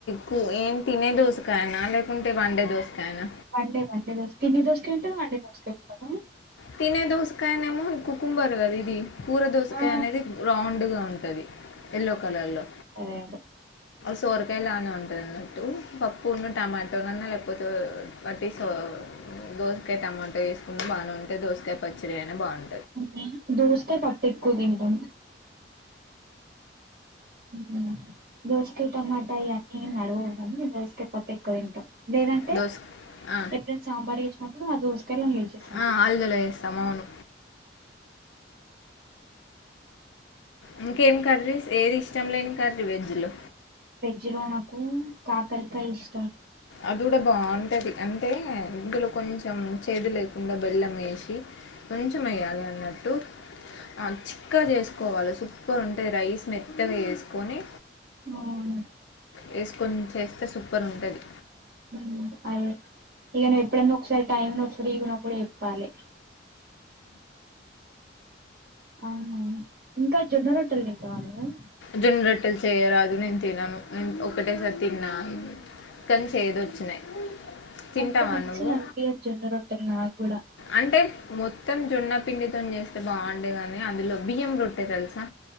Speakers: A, on the left (about 75°); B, on the right (about 50°).
A: కు ఏం తినే దోశకాయనా, లేకుంటే వండే దోశకాయనా?
B: వండే వండే దోశ తినే దోశకాయ్ ఉంటద, వండే దోసకాయ్ ఉంటద?
A: తినే దోసకాయ నెమో కుకుంబర గా ఇది కూర దోసకాయ
B: ఆ
A: అనేది ర్రౌండ్గా ఉంటది ఎల్లో కలర్ లో
B: అదే
A: సోరకాయ లానే ఉంటది అన్నట్టు పప్పున్న టమాటోన్న లే వదు వాటిపో దోసకాయ టమాటో వేసుకుని బానేం దోసకాయ్ పచ్చరేన బాన్
B: అంతేనా దోసకాయ పప్పు ఎక్కువ తింటాం. ఉహు దోసకాయ్ టమాటా ఇవన్నీ నడవం గాని దోసకాయ్ పప్పు ఎక్కువ తింటాం. లేదంటే
A: దోస ఆ,
B: ఎప్పుడైనా సాంబార్ ఏసినప్పుడు అదోస్ తెలన్లు ఏసెస్తాం
A: ఆ,
B: అంతే
A: ఆలుగడ్డలో వేస్తాం అవును ఇంకేం కర్రీ ఏది ఇష్టం లేని కర్రీ వెజ్లో?
B: జిరోణకు కాకరిక ఇష్
A: అది కూడా బా అంటేది అంటే ఇందులో కొంచెం చేదు లేకుండా బెల్లం వేసి కొంచమైయాలి అన్నట్టు ఆ ఇంక చేసుకోవాలి సూపర్ ఉంటది రైస్ మెత్తగా చెసుకొని
B: అవును
A: వేసుకొని చేస్తే సూపర్ ఉంటది.
B: మ్ అయ్యే ఇగ నువ్వు ఎప్పుడన్నా ఒకసారి టైం నువ్వు ఫ్రీగా ఉన్నపుడు చెప్పాలే. అవునవును ఇంకా జొన్న రోట్టెలు తింటావా నువ్వు.
A: జొన్న రొట్టెలు చేయరాదు నేను తినను నేను ఒకటేసారి తిన్న కానీ చేదు వచ్చినాయి. తింటావా
B: అంత మంచిగాన్పియదు
A: నువ్వు
B: జొన్న రొట్టెలు నాకుగూడ.
A: అంటే మొత్తం జొన్నపిండితోని చేస్తే బాగుంటాయీ కానీ అందులో బియ్యం రొట్టే తెలుసా.